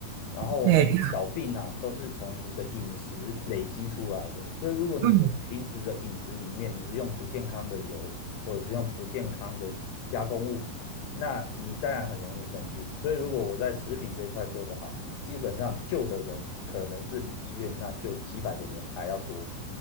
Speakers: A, on the left; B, on the right.
A: 然后我们的小病啊，
B: 对啊
A: 都是从你的饮食累积出来的。所以，如果你的平时的饮食里面你是用不健康的油，
B: 嗯，
A: 或者是用不健康的加工物，那你当然很容易生病。所以如果我在食品这一块做得好，基本上救的人可能是比医院那救几百个人还要多。